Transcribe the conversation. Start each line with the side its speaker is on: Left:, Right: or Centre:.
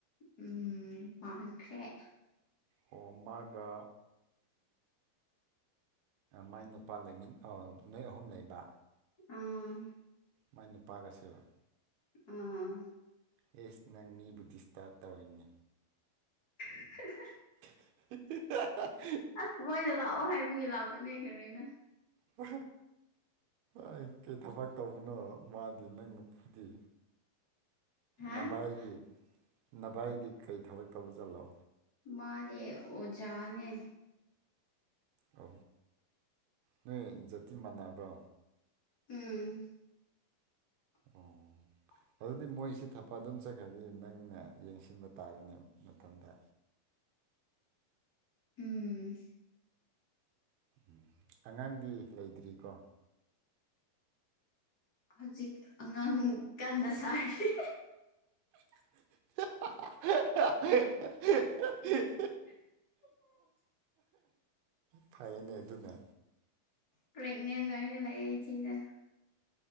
Left: ꯎꯝ ꯄꯥꯡꯁꯦ
Right: ꯑꯣ ꯃꯥꯒ ꯃꯥꯏ ꯅꯨꯄꯥ ꯂꯩꯃꯤ ꯅꯣꯏ ꯑꯍꯨꯝ ꯂꯩꯕ
Left: ꯑꯥ
Right: ꯃꯥꯏ ꯅꯨꯄꯥꯒꯁꯕ
Left: ꯑꯥ
Right: ꯑꯦꯁ ꯅꯪ ꯃꯤꯕꯨ ꯗꯤꯁꯇꯥꯔꯕ ꯇꯧꯔꯤꯅꯦ
Left: <unintelligible>
Right: <unintelligible>
Left: ꯑꯁ ꯃꯣꯏꯗ ꯂꯥꯛꯑꯣ ꯍꯥꯏꯕꯒꯤ ꯂꯥꯛꯄꯅꯦ ꯀꯩꯅꯣꯩꯅ
Right: ꯎ ꯑꯩ ꯀꯩ ꯊꯕꯛ ꯇꯧꯕꯅꯣ ꯃꯥꯗꯤ ꯅꯪ ꯅꯨꯄꯤꯨꯗꯤ
Left: ꯍꯥ
Right: ꯅꯚꯏꯗꯤ ꯅꯚꯏꯗꯤ ꯀꯔꯤ ꯊꯕꯛ ꯇꯧꯕ ꯆꯜꯂꯣ
Left: ꯃꯥꯅꯦꯦ ꯑꯣꯖꯅꯦ
Right: ꯑ ꯅꯣꯏ ꯖꯥꯇꯤ ꯃꯥꯟꯅꯕ꯭ꯔꯣ
Left: ꯎꯝ <unintelligible>
Right: ꯑꯣ ꯑꯗꯨꯗꯤ ꯃꯣꯏꯁꯤ ꯊꯛꯄ ꯑꯗꯨꯝ ꯆꯠꯈ꯭ꯔꯗꯤ ꯅꯪꯅ ꯌꯦꯡꯁꯤꯟꯕ ꯇꯥꯔꯦꯅꯦ ꯃꯇꯝꯗ
Left: ꯎꯝ
Right: ꯎꯝ ꯑꯉꯥꯡꯗꯤ ꯂꯩꯇ꯭ꯔꯤꯀꯣ
Left: ꯍꯧꯖꯤꯛ ꯑꯉꯥꯡ ꯀꯟꯅ ꯁꯥꯔꯤ
Right: <unintelligible>
Left: ꯑꯣ
Right: ꯐꯩꯅꯦ ꯑꯗꯨꯅꯦ
Left: ꯄꯒꯅꯦꯅꯤ ꯂ ꯆꯗ